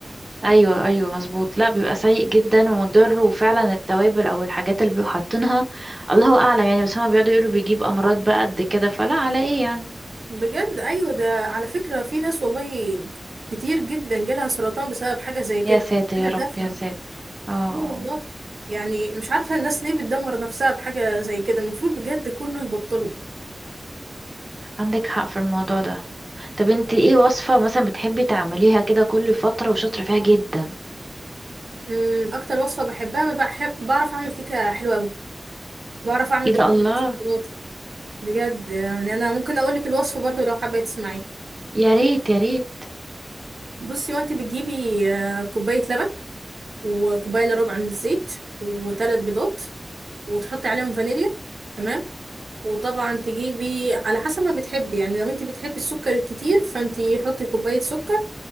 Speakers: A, on the right; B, on the right.
A: ايوه ايوه مظبوط لا بيبقى سيء جدا ومضر وفعلا التوابل او الحاجات اللي بيبقوا حاطينها الله اعلم يعني بس هما بيقعدوا يقولوا بيجيب امراض بقى قد كده فلا على ايه يعني
B: بجد ايوه ده على فكره في ناس والله كتير جدا جالها سرطان بسبب حاجه زي كده
A: يا ساتر
B: حاجه
A: يا رب
B: تافهه
A: يا
B: اه
A: ساتر اه آه.
B: والله يعني مش عارفه الناس ليه بتدمر نفسها بحاجه زي كده المفروض بجد كله يبطله
A: عندك حق في الموضوع ده طب انت ايه وصفة مثلا بتحبي تعمليها كده كل فترة وشاطرة فيها جدا
B: أمم، اكتر وصفه بحبها بحب بعرف اعمل كيكه حلوه قوي بعرف اعمل
A: ايه ده
B: كتير
A: الله
B: بالشوكولاته بجد يعني انا ممكن اقول لك الوصفه برضو لو حابه تسمعيها
A: يا ريت يا ريت
B: بصي وانت بتجيبي آه، كوبايه لبن وكوبايه الا ربع من الزيت وثلاث بيضات وتحطي عليهم فانيليا تمام وطبعا تجيبي على حسب ما بتحبي يعني لو انت بتحبي السكر الكتير فانت حطي كوبايه سكر